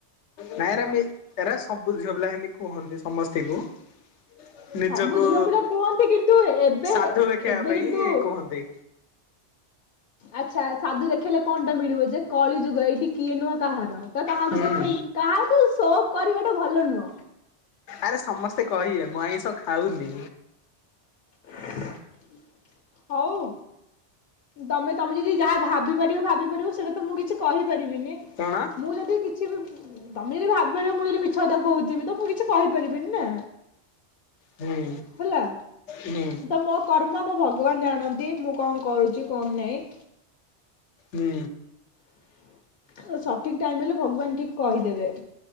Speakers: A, on the left (about 75°); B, on the left (about 55°).
A: ନାଇଁ ଏରା ମୀ ଏରା ସବୁ ଝିଅ ପିଲା ହେନ୍ତି କୁହନ୍ତି ସମସ୍ତିଙ୍କୁ। ନିଜକୁ
B: ସବୁ ଝିଅ ପିଲା କୁହନ୍ତି କିନ୍ତୁ ଏବେ
A: ସାଧୁ ଦେଖେଇବା
B: ଏବେ
A: ପାଇଁ
B: କିନ୍ତୁ
A: କୁହନ୍ତି।
B: ଆଚ୍ଛା ସାଧୁ ଦେଖେଇଲେ କଣ ଟା ମିଳିବ ଯେ। କଳି ଯୁଗ ଏଇଟି କିଏ ନୁହଁ କାହାର ତ କାହାକୁ
A: ହୁଁ
B: ଦେଖେଇକି କାହାକୁ ସୋ ଅପ୍ କରିବାଟା ଭଲ ନୁହଁ।
A: ଆରେ ସମସ୍ତେ କହିବେ ମୁଁ ଆଇଁଷ ଖାଉନି।
B: <inaudible> ହଉ ତମେ ତମେ ଯଦି ଯାହା ଭାବି ପାରିବ ଭାବି ପାରିବ ସେଇଡା ତ ମୁଁ କିଛି କହି ପାରିବିନି
A: କଣ?
B: ମୁଁ ଯଦି କିଛି ବି ତମେ ଯଦି ଭାବିପାରିବ ମୁଁ ଯଦି ମିଛ କଥା କୋହୁଥିବି ତ ମୁଁ ଛ କହିପାରିବିନି ନା
A: ହୁଁ
B: ହେଲା
A: ହୁଁ
B: ତ ମୋ କର୍ ର୍ମ ମୋ ଭଗବାନ ଜାଣନ୍ତି ମୁଁ କଁ କରୁଚି କଁ ନାଇଁ।
A: ହୁଁ।
B: ଆଉ ସଠିକ୍ ଟାଇମ୍ ହେଲେ ଭଗବାନ ଠିକ କହିଦେବେ।